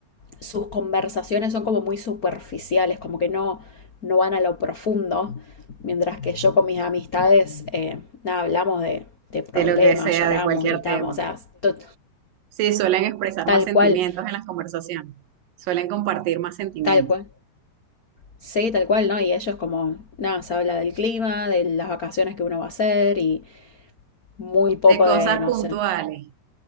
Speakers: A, on the left; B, on the right.
A: sus conversaciones son como muy superficiales, como que no, no van a lo profundo, mientras que yo con mis amistades, eh, nada, hablamos de, de problemas,
B: de lo que sea,
A: lloramos,
B: de cualquier
A: gritamos,
B: tema.
A: o sea, to-
B: Sí, suelen expresar
A: tal
B: más sentimientos
A: cual,
B: en las conversaciones, suelen compartir más sentimientos,
A: tal cual. Sí, tal cual, ¿no? Y ellos como, nada, se habla del clima, de las vacaciones que uno va a hacer y muy poco
B: de cosas
A: de, no
B: puntuales.
A: sé.